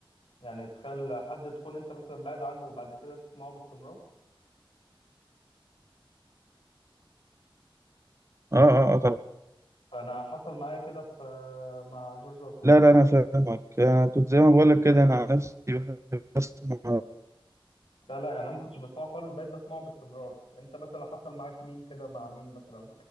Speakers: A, on the left (about 75°); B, on the right (about 30°).
A: يعني تخيل حد تكون انت مثلا بعد عنه وبعد كده تسمعه باستمرار
B: اه اه اه طبعا
A: فانا حصل معايا كده في مع جورج وسوف
B: لا لا
A: ما كنتش
B: انا
A: بس...
B: فاهمك انا كنت زي ما بقول لك كده انا عن نفسي بحب اسمع
A: لا لا يعني انا ما كنتش بسمعه خالص بقيت بسمعه باستمرار انت مثلا حصل معاك مين كده مع مين مثلا